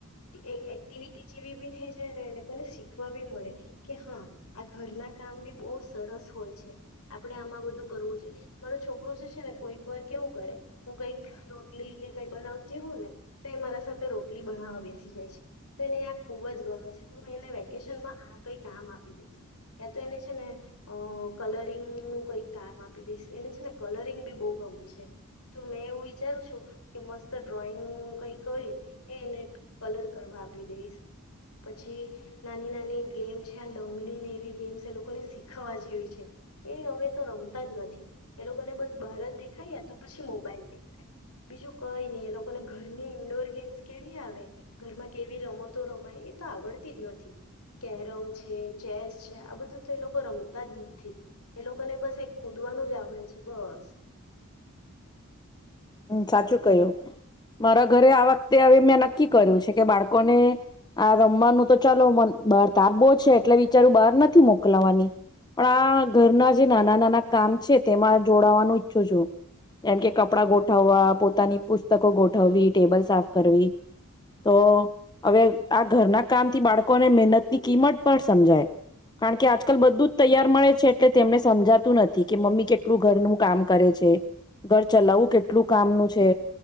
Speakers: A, on the left; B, on the left.
A: એક એક્ટિવિટી જેવી બી થઈ જાયને એ લોકોને શીખવા બી મળે કે હા આ ઘરના કામ બી બહુ સરસ હોય છે આપણેે આમાં બધું કરવું જોઈએ મારું છોકરું છે. ને કોઈક વાર કેવું કરે હું કઈક રોટલી કે કઈ બનાવતી હો ને તો મારા સાથે રો બેસી જાય છેને ખુબ જ ગમે છે હ વેકેશનમાં. કઈ કામ આપી દઈશ યા તો એને છે ને અ કલરિંગ નું કઈ કામ આપી દઈશ એને છે ને કલરિંગ બ ગમે છે તો મેં એવું વિચારું છું કે મસ્ત ડ્રોઈંગું કઈ એને કલર કરવા આપી દઈશ પછી નાની નાની ગેમ લંગડીને એ ગેમ્સ એ લોકોને શીખાવા જેવી છે એ હવે તો રમતા જ નથી એ લોકોને બસ બારત દેખાય તો પછી મોબાઈલ દેખાય બીજું કઈ ને એ લોકોને ઘરની ઇન્ડોર ગેમ કેવી આવે ઘરમાં કેવી રમતો રમાય એ તો આવડતી જ નથી કેરમ છે ચેસ છે આ બધું તો એ લોકો રમતા જ નથી એ લોકોને બસ એક કુદવાનું જ આવડે છે બસ.
B: હમ સાચું કય્યું મારા ઘરે આવા તે હવે મેં નક્કી કર્યું છે કે બાળકોને આ રમવાનું તો ચાલો મ બાર તપો છે એટલે વિચારું બહાર નથી મોકલવાની પણ આ ઘરના જે નાના નાના કામ છે તેમાં જોડાવાનું ઈચ્છું છું જેમ કે કપડાં ગોઠવવા પોતાની પુસ્તકો ગોઠવવી ટેબલ સાફ કરવી તો હવે આ ઘરના કામથી બાળકોને મહેનત ની કિંમત પણ સમજાય કારણ કે આજકાલ બધું જ તૈયાર મળે છે એટલે તેમને સમજાતું નથી કે મમ્મી કેટલું ઘરનું કામ કરે છે ઘર ચલાવવું કેટલું કામનું છે